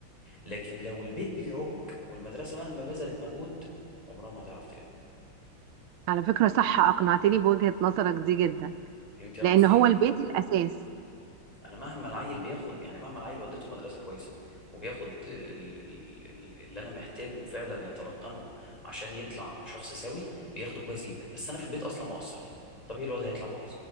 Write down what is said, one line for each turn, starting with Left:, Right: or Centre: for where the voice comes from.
Left: لكن لو البيت بيعك والمدرسه مهما بذلت مجهود عمرها ما هتعرف تلم
Right: على فكره صح اقنعتني بوجهه نظرك دي جدا
Left: فهمت انا
Right: لان
Left: قصدي
Right: هو
Left: ايه
Right: البيت الاساس
Left: انا مهما العيل بياخد يعني مهما العيل وديته مدرسه كويسه وبياخد ال- ال- ال- اللي انا محتاجه فعلا يتلقنه عشان يطلع شخص سوي بياخده كويس جدا بس انا في البيت اصلا ما اقصر طبيعي الواد هيطلع بايظ